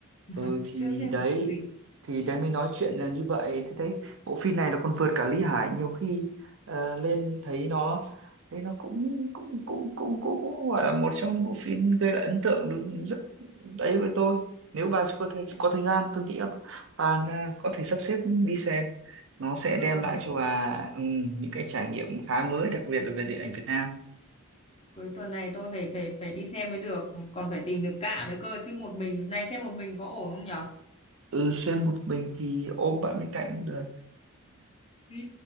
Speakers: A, on the left; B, on the right.
A: <laughs>
B: Ừ thì
A: chưa xem
B: đấy
A: được phim gì
B: thì đấy mới nói chuyện là như vậy thế đấy bộ phim này nó còn vượt cả Lý Hải nhiều khi ờ, lên thấy nó thấy nó cũng cũng cũng cũng cũng, cũng gọi là một trong bộ phim gây lại ấn tượng được rất đấy với tôi nếu bà có thời,
A: Đấy.
B: có thời gian tôi nghĩ là bà là có thể sắp xếp đi xem nó sẽ
A: ờ,
B: đem lại
A: để
B: cho bà ừm, những cái trải nghiệm khá mới đặc biệt là về điện ảnh Việt Nam
A: cuối tuần này tôi phải phải phải đi xem mới được còn phải tìm được cả nữa cơ chứ một mình này xem một mình có ổn không nhở
B: ừ xem một mình thì ôm bạn bên cạnh cũng được
A: Ý,